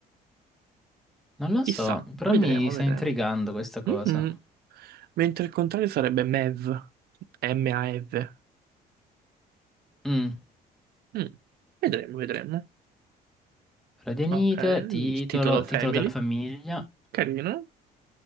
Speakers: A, in the centre; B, on the right (about 65°).
A: Non lo
B: Chissà,
A: so, però
B: vedremo,
A: mi sta
B: vedremo.
A: intrigando questa cosa.
B: Mhm. Mentre il contrario sarebbe MEV, M-A-V.
A: Mm.
B: Mm. Vedremo, vedremo.
A: Radianite,
B: Ok, il
A: titolo,
B: titolo Family,
A: titolo della famiglia,
B: carino.